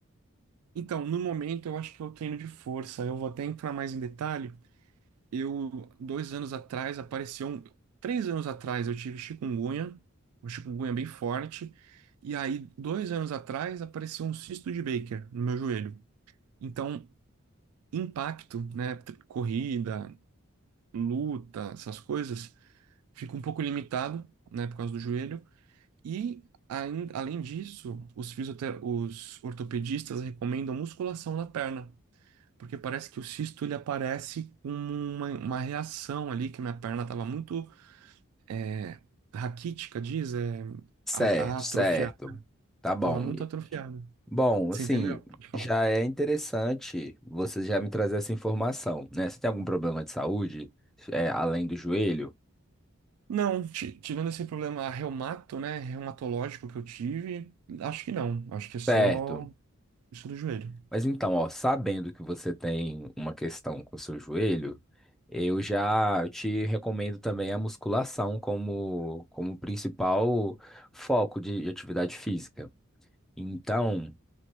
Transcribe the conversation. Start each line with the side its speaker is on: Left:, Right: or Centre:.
Right: Então, no momento, eu acho que eu treino de força. Eu vou até entrar mais em detalhe, Eu, dois anos atrás, apareceu um... Três anos atrás eu tive chikungunya, uma chikungunya bem forte. E aí, dois anos atrás, apareceu um cisto de Baker no meu joelho. Então, impacto, né? tr- Corrida, luta, essas coisas, fica um pouco limitado, né? Por causa do joelho. E, ain- além disso, os fisiotera... os ortopedistas recomendam musculação na perna. Porque parece que o cisto ele aparece como uma, uma reação ali, que minha perna estava muito é, raquítica, diz, é,
Centre: Certo,
Right: a, a atrofiada.
Centre: certo. Tá bom.
Right: Tava muito atrofiada.
Centre: Bom,
Right: Você
Centre: assim,
Right: entendeu? Pode falar.
Centre: já é interessante você já me trazer essa informação, né? Você tem algum problema de saúde, é, além do joelho?
Right: Não, ti- tirando esse problema reumato, né, reumatológico que eu tive, acho que não. Acho que é só
Centre: Certo.
Right: isso do joelho.
Centre: Mas então, ó, sabendo que você tem uma questão com o seu joelho, eu já te recomendo também a musculação como, como principal foco de de atividade física. Então,